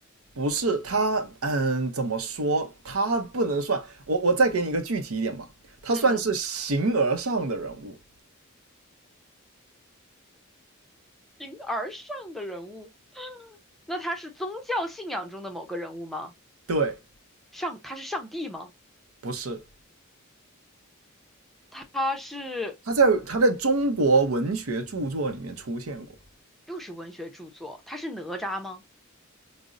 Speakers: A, on the right; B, in the centre.
A: 不是他，嗯，怎么说？他不能算我，我再给你一个具体一点吧，他算是形而上的人物。
B: 嗯嗯，形而上的人物，那他是宗教信仰中的某个人物吗？
A: 对，
B: 上，他是上帝吗？
A: 不是
B: 他是
A: 他在他在中国文学著作里面出现过。
B: 又是文学著作，他是哪吒吗？